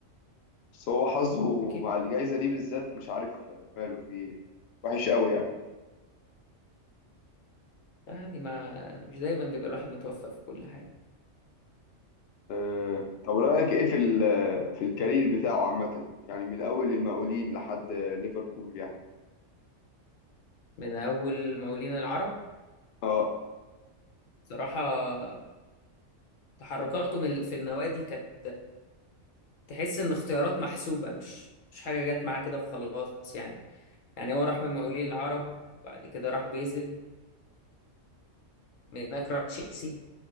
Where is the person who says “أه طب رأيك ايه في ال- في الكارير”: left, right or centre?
Left